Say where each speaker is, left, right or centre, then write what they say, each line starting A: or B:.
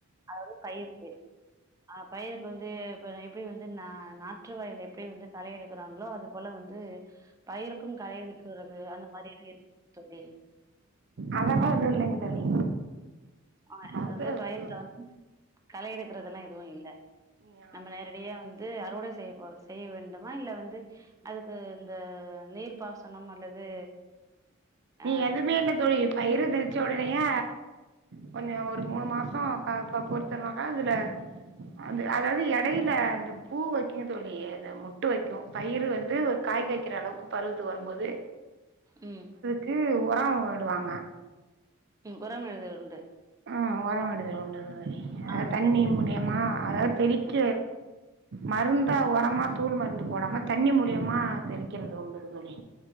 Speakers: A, on the right; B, on the right.
A: அதாவது பயிருக்கு ஆ பயிருக்கு வந்து இப்ப எப்டி வந்து நா நாற்று வயல் எப்டி வந்து களை எடுக்கறாங்ளோ அது போல வந்து பயிருக்கும் களைஎடுக்கறது அந்த மாதிரில்லா இருக்குங் தோழி
B: அதல்லா எது இல்லைங்க தோழி
A: ஆ
B: அது
A: அதது பயர்ல
B: து
A: வந் களை எடுக்கதெல்லா எதுவு இல்ல
B: ம் ஆமாங்க
A: நம்ம நேரடியா
B: தோழி
A: வந்து அறுவடை செய்யப் போ செய்ய வேண்டுமா இல்ல வந்து அதுக்கு இந்த நீர்ப்பாசனம் அல்லது
B: நீ
A: ஆ
B: எதுமே இல்ல தோழி பயிரு தெளிச்ச உடனையா கொஞ்சோ ஒரு மூணு மாசோ க பொறுத்துனாக்கா அதுல அந்து அதாது எடையில இந்த பூ வைக்கிங்தோழி இல்லையே இது முட்டு வைக்கு பயிறு வந்து ஒரு காய் காய்க்கிற அளவுக்கு பருவத்துக் வரும்போது
A: ம்
B: க்கு ஒரோவுடுவாங்க
A: ம் ஒரம் எழுதுதல் உண்டு
B: ஆ ஒரம் விடுதல் உண்டு தோழி
A: ஆ
B: அ தண்ணி
A: சரி
B: மூலியமா அதாவது தெளிக்க மருந்தா ஒரமா தூளு மருந்து போடாம தண்ணி மூலியமா தெளிக்கிறது உண்டு தோழி